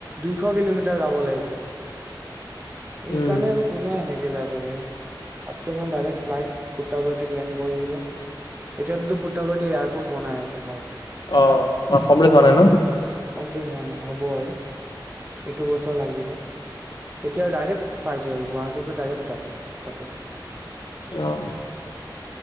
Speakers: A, on the right; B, on the left.
A: দুইশ কিলোমিটাৰ যাব লাগিব। এইকানে
B: উম
A: আৰু কোনে এনেকে যাই থাকে। তাতকে ভাল ডাইৰে্ট ফ্লাইট বুটাবাৰ্টিত লেণ্ড কৰি দিব। এতিয়াটো পুতাপুতী এয়াৰপৰ্ট বনাই আছে ভালকে।
B: অ অ কমপ্লিট হোৱা নাই ন।
A: কমপ্লিট হোৱা নাই হ'ব আৰু এইটো বছৰ লাগিব। এতিয়া ডাইৰেক্ট ফ্লাইটেই আৰু গুৱাহাটীৰ পৰা ডাইৰেক্ট ফ্লাইট তাতে।
B: অ